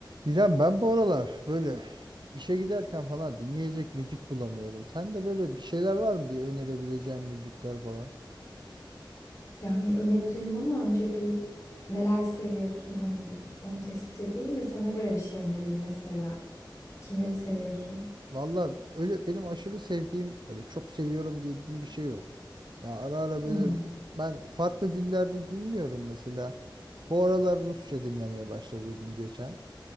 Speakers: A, on the right; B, on the left.
A: İrem ben bu aralar böyle işe giderken falan dinleyecek müzik bulamıyorum. Sen de böyle bir şeyler var mı bir önerebileceğin müzikler falan?
B: Yani öneririm ama önce bir neler seviyorsun hani onu tespit edeyim de sana göre bir şey önereyim mesela. Kimleri seviyorsun?
A: Valla öyle benim aşırı sevdiğim böyle çok seviyorum diye dediğim bir şey yok. Ya ara ara
B: Hmm.
A: böyle ben farklı dillerde dinliyorum mesela. Bu aralar Rusça dinlemeye başladıydım geçen.